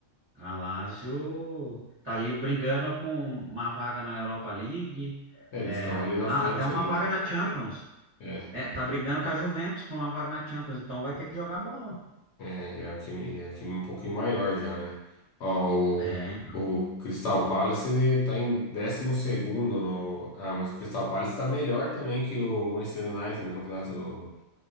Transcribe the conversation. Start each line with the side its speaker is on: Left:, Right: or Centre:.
Right: A Lazio tá ali brigando com uma vaga na Europa League,
Left: É, eles
Right: é,
Left: estão ali na
Right: ah,
Left: frente,
Right: até uma
Left: ali,
Right: vaga
Left: né?
Right: na Champions.
Left: É.
Right: É, tá brigando com a Juventus por uma vaga na Champions, então vai ter que jogar bola.
Left: É, e é um time, e é um time um pouquinho maior já, né? Ó,
Right: É,
Left: o, o Crystal Palace tá em décimo segundo no... Ah, mas o Crystal Palace tá melhor também que o Manchester United no campeonato...